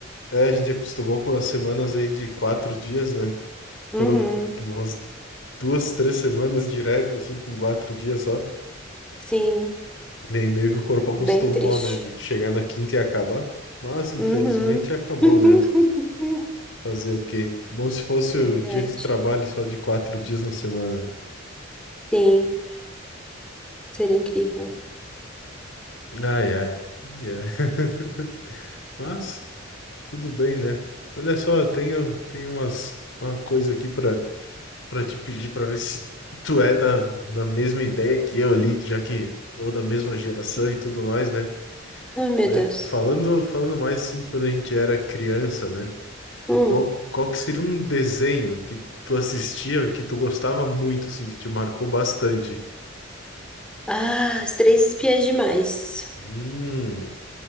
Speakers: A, on the left; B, in the centre.
A: É, a gente acostumou com as semanas aí de quatro dias, né? Foram
B: Uhum,
A: umas duas, três semanas direto, assim, com quatro dias só.
B: sim,
A: E aí meio que o corpo acostumou,
B: bem triste.
A: né? De chegar na quinta e acabar. Mas, infelizmente,
B: Uhum.
A: acabou,
B: <laughs>
A: né? Fazer o quê? Bom, se fosse
B: Verdade.
A: o dia de trabalho só de quatro dias na semana. né?
B: Sim, seria incrível.
A: Ai, ai. Ai, ai. <laughs> Mas, tudo bem, né? Olha só, eu tenho, tenho umas, uma coisa aqui para Pra te pedir pra ver se tu é da, na mesma ideia que eu ali, já que, ou da mesma geração e tudo mais, né?
B: Ah, meu
A: É,
B: Deus.
A: falando, falando mais assim, de quando a gente era criança, né?
B: Hum.
A: Qual, qual que seria um desenho que tu assistia, que tu gostava muito, assim, que te marcou bastante?
B: Ah, as três espiãs demais.
A: Hum,